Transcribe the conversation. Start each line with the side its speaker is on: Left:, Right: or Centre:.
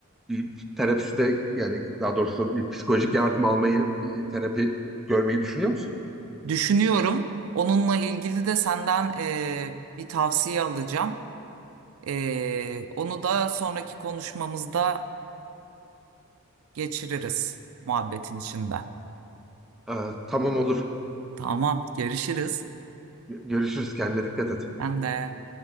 Centre: bir terapiste yani daha doğrusu bir psikolojik yardım almayı, bir terapi görmeyi düşünüyor musun?
Right: Düşünüyorum. Onunla ilgili de senden eee, bir tavsiye alacağım. Eee, onu da sonraki konuşmamızda geçiririz muhabbetin içinde.
Centre: E, tamam olur.
Right: Tamam, görüşürüz.
Centre: Görüşürüz. Kendine dikkat et.
Right: Ben de.